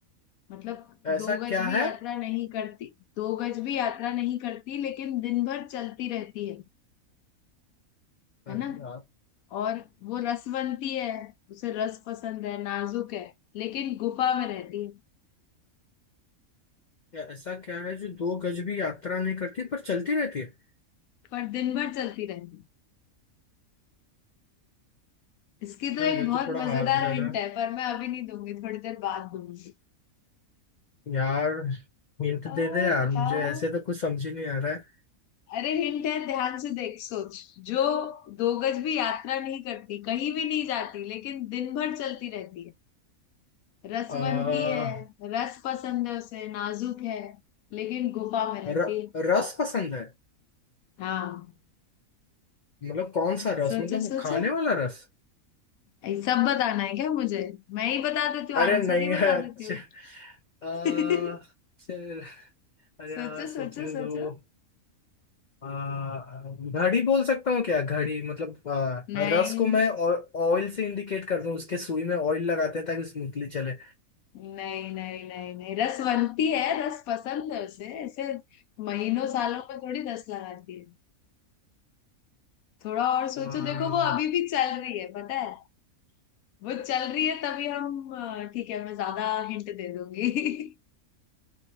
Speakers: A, on the left; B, on the left.
A: मतलब
B: ऐसा
A: दो गज
B: क्या
A: भी
B: है
A: यात्रा नहीं करती दो गज भी यात्रा नहीं करती लेकिन दिन भर चलती रहती है
B: अरे
A: है ना
B: यार
A: और वो रसवंती है उसे रस पसंद है नाजुक है लेकिन गुफा में रहती है
B: या ऐसा क्या है जो दो गज भी यात्रा नहीं करती पर चलती रहती है
A: पर दिन भर चलती रहती है इसकी तो
B: हाँ,
A: एक
B: ये
A: बहुत
B: तो थोड़ा
A: मजेदार
B: हार्ड लग
A: हिंट
B: रहा है
A: है पर मैं अभी नहीं दूंगी थोड़ी देर बाद दूंगी
B: यार हिंट
A: आ,
B: दे दे यार
A: बताओ
B: मुझे ऐसे तो कुछ समझ ही नहीं आ रहा है
A: अरे हिंट है ध्यान से देख सोच जो दो गज भी यात्रा नहीं करती कहीं भी नहीं जाती लेकिन दिन भर चलती रहती है रसवंती
B: आ,
A: है रस पसंद है उसे नाजुक है लेकिन गुफा में रहती
B: र,
A: है
B: रस पसंद है
A: हाँ
B: मतलब कौन सा रस
A: सोचो
B: मतलब वो
A: सोचो
B: खाने वाला रस
A: ये सब बताना है क्या मुझे मैं ही बता देती हूँ
B: अरे
A: आंसर
B: नहीं
A: ही बता
B: <laughs> है अच्छा
A: देती हूँ
B: आ,
A: <laughs>
B: फिर- अरे
A: सोचो
B: यार सोचने
A: सोचो सोचो
B: दो आ, घड़ी बोल सकता हूँ क्या घड़ी मतलब आ,
A: नहीं
B: रस को मैं ऑयल से इंडिकेट कर दूं उसके सुई में ऑयल लगाते हैं ताकि स्मूथली चले
A: नहीं नहीं नहीं नहीं रसवंती है रस पसंद है उसे ऐसे महीनों सालों में थोड़ी रस लगाती है थोड़ा और सोचो
B: आ,
A: देखो वो अभी भी चल रही है पता है वो चल रही है तभी हम अ, ठीक है मैं ज्यादा हिंट दे दूंगी <laughs>